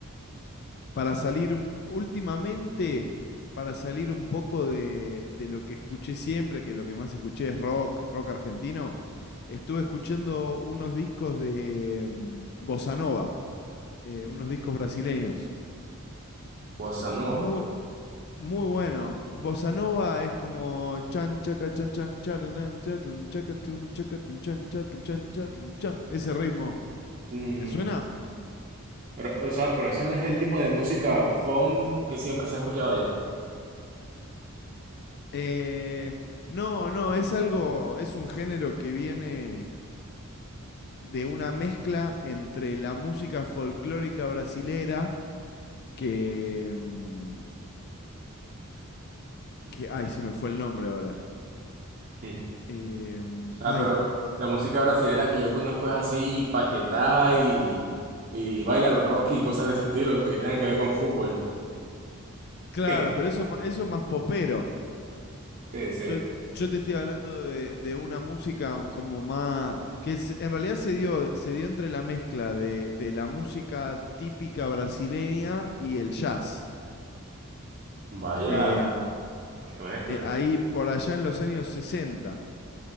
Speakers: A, on the left (about 50°); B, on the right (about 40°).
A: para salir un- últimamente, para salir un poco de, de lo que escuché siempre, que lo que más escuché es rock, rock argentino, estuve escuchando unos discos de em, Bossa Nova, eh, unos discos brasileños.
B: Bossa nova.
A: Muy, Muy bueno. Bossa nova es como chan chaca chan chan charanan chatun chaca chun chaca tun chan chatun chan chatun chan. Ese ritmo.
B: Mm,
A: ¿Te suena?
B: pero, o sea, pero ese no es el tipo de música funk que siempre se ha escuchado allá.
A: Eh, no, no, es algo, es un género que viene de una mezcla entre la música folclórica brasilera que, mm, que ay, se me fue el nombre ahora.
B: Mm.
A: Em,
B: O sea,
A: ay,
B: pero la música brasilera que yo conozco es así, Paquetá y, y Baila los Rocky y cosas de ese estilo que tengan que ver con fútbol.
A: claro,
B: <laughs>
A: pero eso, es ma- eso es más popero.
B: Sí, sí.
A: Yo, yo te estoy hablando de, de una música como más, que se- en realidad se dio, se dio entre la mezcla de, de la música típica brasileña y el jazz.
B: Vaya,
A: Em,
B: qué mezcla.
A: eh, ahí por allá en los años sesenta